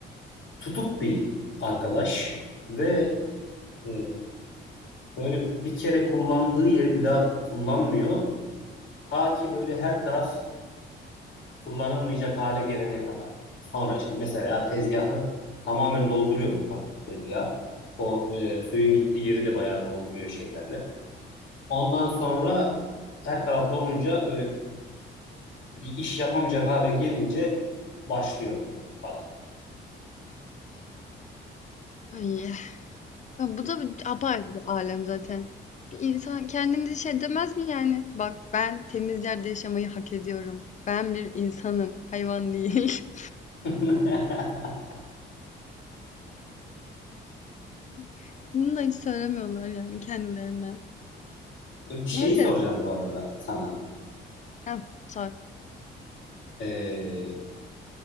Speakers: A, on the left; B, on the left.
A: Tutuk bir arkadaş ve e, böyle bir kere kullandığı yeri bir daha kullanmıyor. Ta ki böyle her taraf kullanılmayacak hale gelene kadar. Sonra işte mesela tezgahı tamamen dolduruyor mutfak tezgahı. O e, suyun gittiği yeri de bayağı dolduruyor şeylerle. Ondan sonra her taraf dolunca böyle bir iş yapamayacak hale gelince başlıyor falan.
B: Ay, ya bu da bir apayrı bir alem zaten. Bir insan kendine şey demez mi yani? Bak ben temiz yerde yaşamayı hak ediyorum. Ben bir insanım, hayvan değil.
A: <laughs>
B: <laughs> Bunu da hiç söylemiyorlar yani kendilerine.
A: Bir şey
B: Neyse.
A: soracağım bu arada sana.
B: Heh, sor.
A: Ee,